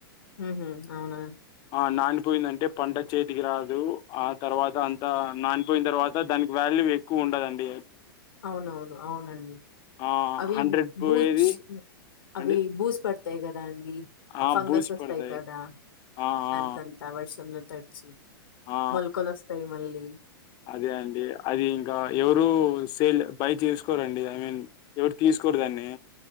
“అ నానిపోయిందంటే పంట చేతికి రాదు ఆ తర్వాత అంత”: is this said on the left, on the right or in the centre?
Left